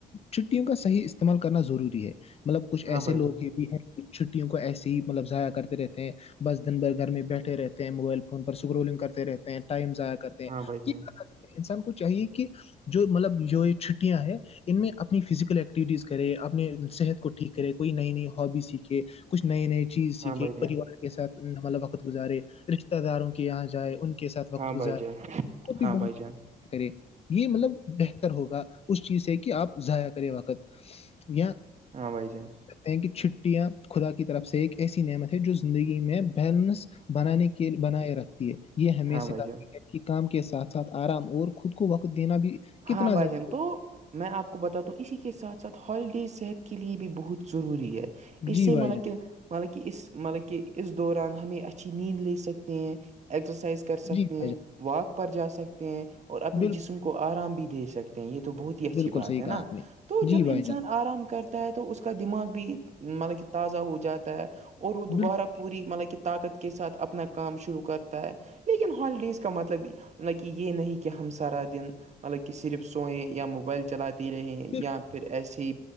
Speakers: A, on the left; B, on the right.
A: چھٹیوں کا صحیح استعمال کرنا ضروری ہے مطلب کچھ
B: ہاں
A: ایسے
B: بھائی
A: لوگ ہی بھی ہیں چھٹیوں کو ایسے ہی مطلب ضائع کرتے رہتے ہیں بس دن بھر گھر میں بیٹھ رہتے ہیں موبائل فون پر سکرولنگ کرتے رہتے ہیں ٹائم ضع کرتے
B: جان
A: ہیں انسان کو چاہیے کہ جو مطلب جو یہ چھٹیاں ہیں ان میں اپنی فزیکل ایکٹیوٹیز کرے اپنے صحت کو ٹھیک کرے کوئی نئی نئی ہابی سیکھے کچھ نئی نئی چیز سیکھے
B: ہاں بھائی جان
A: پریوار کے ساتھ مطلب وقت گزارے رشتے داروں کے یہاں جائے ان کے ساتھ وقت
B: ہاں
A: گزار
B: بھائی جان ہاں بھائی جان
A: اور بھی
B: ہاں بھائی
A: بہت
B: جان
A: کرے یہ مطلب بہتر ہوگا اس چیز سے کہ آپ ضائع کرے وقت یا <unintelligible> <inaudible>
B: ہاں بھائی جان
A: ہیں کہ چھٹیاں خدا کی طرف سے ایک ایسی نعمت ہے جو زندگی میں بیلنس بنانے کے بنائے رکھتی ہے یہ ہمیشہ
B: ہاں بھائی
A: کرتی
B: جان
A: ہے کہ کام کے ساتھ ساتھ آرام اور خود کو وقت دینا بھی
B: ہاں
A: کتنا
B: بھائی
A: زیادہ
B: جان تو
A: ر
B: میں آپ کو بتاتا ہوں اسی کے ساتھ ساتھ ہالیڈیز صحت کے لیے بھی بہت ضروری ہے
A: ضروری
B: اس
A: جی
B: سے
A: بھائی
B: مطلب
A: جان
B: کہ مطلب کہ اس مطلب کہ اس دوران ہمیں اچھی نیند لے سکتے ہیں ایکسرسائز کر سکتے
A: جی
B: ہیں
A: بھائی جان
B: واک پر جا سکتے ہیں اور اپنے
A: بالکل
B: جسم کو آرام بھی دے سکتے ہیں یہ تو بہت ہی اچھی
A: بالکل
B: بات
A: صحیح
B: ہے
A: کہا
B: نا
A: آپ نے
B: تو
A: جی
B: جب
A: بھائی
B: انسان
A: جان
B: آرام کرتے ہے تو اس کا دماغ بھی مطلب کہ تازہ ہو جاتا ہے اور وہ دوبارہ
A: بالکل
B: پوری مطلب کہ طاقت کے ساتھ اپنا کام شروع کرتا ہے لیکن ہالیڈیز کا مطلب کہ یہ نہیں کہ کہ ہم سارا دن مطلب کہ صرف سوئیں یا موبائل چلاتے رہے
A: بالکل
B: یا پھر ایسے ہی